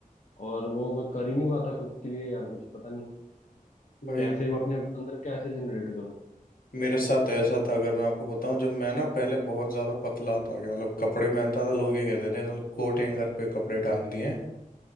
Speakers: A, on the left; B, on the left.
A: और वो मैं कर ही नहीं पाता खुद के लिए यार कुछ पता नहीं
B: भाई
A: कैसे
B: मेरे
A: वो अपने अंदर कैसे जनरेट करूं
B: मेरे साथ ऐसा था अगर मैं आपको बताऊं जब मैं ना पहले बहुत ज़्यादा पतला था कि मतलब कपड़े पहनता था लोग ये कहते थे साला कोट हैंगर पे कपड़े टांग दिए